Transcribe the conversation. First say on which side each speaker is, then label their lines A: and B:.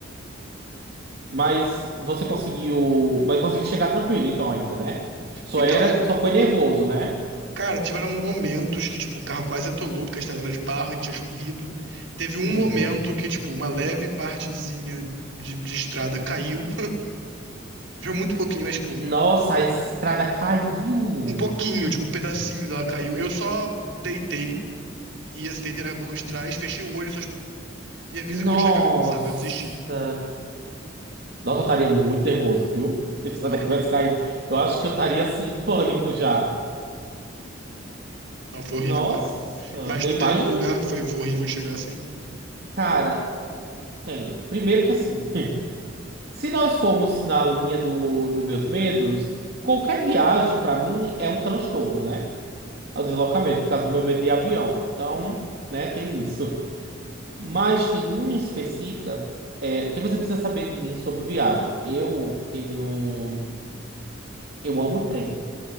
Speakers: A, on the right (about 55°); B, on the right (about 70°).
A: Mas você conseguiu. Mas conseguiu chegar tranquilo, então, ainda, né? Só
B: Então,
A: era. Só foi nervoso, né?
B: cara, tiveram momentos que, tipo, o carro quase atolou porque a estrada era de barro e tinha chovido. Teve um
A: Uhum.
B: momento que, tipo, uma leve partezinha de, de estrada caiu. Foi muito pouquinho, mas, tipo.
A: Nossa, a estrada caiu.
B: Um pouquinho, tipo, um pedacinho dela caiu. Eu só deitei e assim, deitei na banca de trás, fechei o olho, e só, tipo, me avisa
A: Nossa!
B: quando chegar, sabe? Eu desisti.
A: Nossa, eu estaria muito nervoso, viu? <laughs> Se isso
B: Aham.
A: até tivesse caído, eu acho que eu estaria assim, em pânico já.
B: Não, foi
A: Nossa,
B: horrível, cara. Mas
A: eu
B: tu
A: imagino.
B: tem algum lugar que foi, foi horrível de chegar assim?
A: Cara, tenho. Primeiro que assim, <laughs> se nós formos na linha do, do meus medos, qualquer viagem pra mim é um transtorno, né? É o deslocamento, por causa do meu medo de avião. Então, né, tem isso. Mas tem uma em específica. é, o que é que você precisa saber de mim sobre viagem? Eu tenho. Eu amo trem.